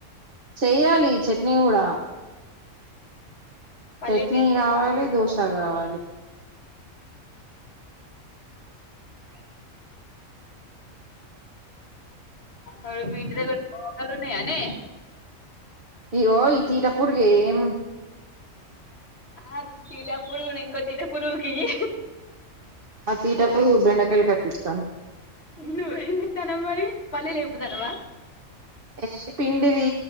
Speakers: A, on the right (about 45°); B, on the left (about 50°).
A: చెయ్యాలి చట్నీ కూడా
B: పల్లీలు
A: చట్నీ
B: తీసుకొచ్చి
A: కావాలి దోశ కావాలి
B: అ మీ ఇంటిదగ్గర టోకాలు ఉన్నాయనే
A: ఇగో ఈ తీట పురుగేం
B: ఆ తిటా పురుగుని ఇంకో తిటా పూరుగుకియ్యి
A: ఆ తీటకు బెండకాయలు కట్టిస్తన
B: నువు ఏం చెత్తనవు మరి పల్లీలు ఎంపుతన్నావా
A: ఏ పిండిది